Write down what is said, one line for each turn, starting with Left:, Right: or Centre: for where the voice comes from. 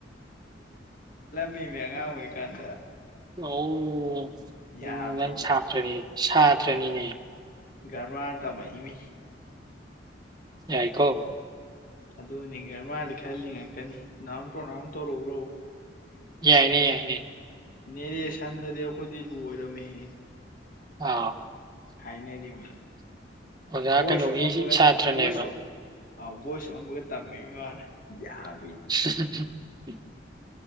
Left: ꯃꯤ ꯃ ꯌꯦꯉꯥꯡ ꯑꯣꯏ ꯀꯥꯟꯗ
Right: ꯑꯣ
Left: ꯌꯥꯗ꯭ꯔꯣ
Right: ꯪ ꯁꯥꯇ꯭ꯔꯅꯤ ꯁꯥꯇ꯭ꯔꯅꯤꯅꯦ
Left: ꯔꯃ ꯇꯃ ꯏꯃꯤ
Right: ꯌꯥꯏꯀꯣ
Left: ꯑꯗꯨꯅꯦ ꯔꯃꯥꯗꯤ ꯈꯜꯂꯤꯉꯛꯀꯅꯤ ꯅꯥꯎꯟ ꯄ꯭ꯔꯣꯅꯥꯎꯟ ꯇꯧꯔꯎꯔꯛꯎ
Right: ꯌꯥꯏꯅꯦ ꯌꯥꯏ
Left: ꯅꯦꯔꯦ ꯁꯟꯗꯗꯤ ꯑꯩꯈꯣꯏꯗꯤ ꯂꯣꯏꯔꯝꯃꯤꯍꯦ
Right: ꯑ
Left: ꯍꯥꯏꯅꯔꯤꯕꯅꯤ
Right: ꯑꯣꯖꯥ
Left: ꯚꯣꯏꯁ
Right: ꯀꯩꯅꯣꯒꯤ
Left: ꯑꯣꯟꯕꯒ
Right: ꯁꯥꯇ꯭ꯔꯅꯦꯕ
Left: ꯚꯣꯏꯁ ꯍꯠ ꯑꯥꯎ ꯕꯣꯏ ꯁꯣꯟꯕꯒ ꯇꯝꯃꯤ ꯋꯥꯅ ꯌꯥꯝ
Right: <unintelligible>